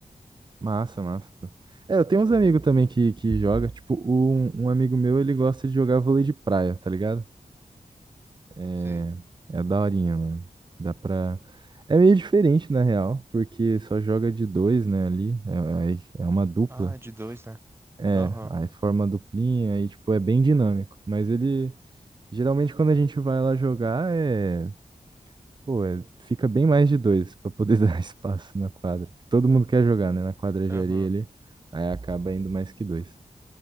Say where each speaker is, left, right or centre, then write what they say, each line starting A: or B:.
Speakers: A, on the right; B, on the right.
A: Massa, massa. pô. É, eu tenho uns amigos também que, que joga. Tipo, um, um amigo meu, ele gosta de jogar vôlei de praia, tá ligado? É,
B: Sei.
A: é daorinha, mano. Dá pra... É meio diferente, na real, porque só joga de dois, né, ali. É, é é uma dupla.
B: Ah, é de dois, né?
A: É,
B: Aham,
A: aí forma a duplinha, aí, tipo, é bem dinâmico. Mas ele... Geralmente quando a gente vai lá jogar é, pô, é- fica bem mais de dois pra poder <laughs> dar espaço na quadra. Todo mundo quer jogar, né? Na quadra de
B: aham,
A: areia ali, aí acaba indo mais que dois.